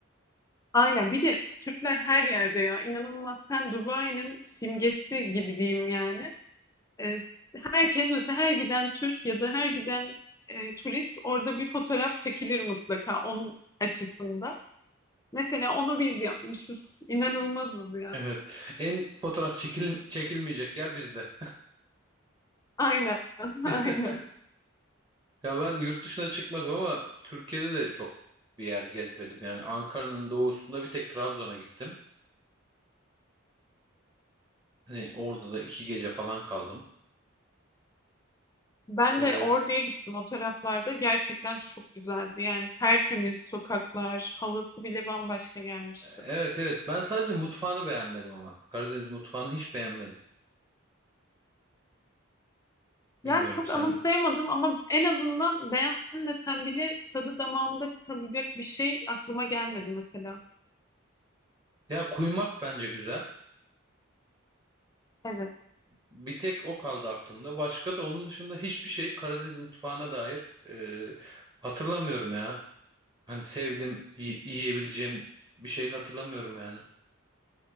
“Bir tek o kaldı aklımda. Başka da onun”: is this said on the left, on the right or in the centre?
Right